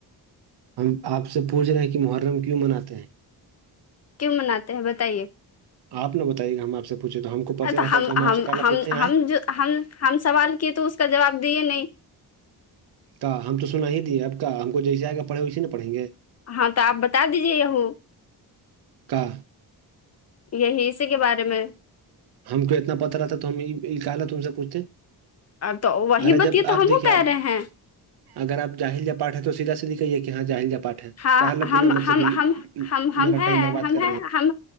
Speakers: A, on the right; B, on the left.
A: ہم آپ سے پوچھ رہے ہیں کہ محرم کیوں مناتے ہیں
B: کیوں مناتے ہیں بتائیے
A: آپ نہ بتائیے گا ہم آپ سے پوچھے تو ہم کو پتہ
B: اچا
A: رہتا
B: ہم
A: تو آپ سے کالا
B: ہم
A: پوچھتے ہیں آئے
B: ہم جو ہم ہم سوال کیے تو اس کا جواب دیے نہیں
A: کہ ہم تو سنا ہی تے اب کا ہم کو جیسے آئے گا پڑھے ویسے نا پڑھیں گے
B: ہاں تو آپ بتا دیجیے وں
A: کا
B: یہی اسی کے بارے میں
A: ہم کو اتنا پت رہتا تو ہم نکال تم سے پوچتے
B: تو وہی
A: ارے
B: بتیے
A: جب
B: تو
A: آپ
B: ہم
A: دیکھیے
B: کہہ
A: آپ
B: رہے ہیں
A: اگر جاہل جا پاٹ ہے تو سیدھا سیدد کہیے کہ ہاں جاہل جا پاٹ ہے
B: ہاں
A: کہا
B: ہم
A: بنا مطلب ہی میرا
B: ہیںہم
A: ٹائم برباد کر رہے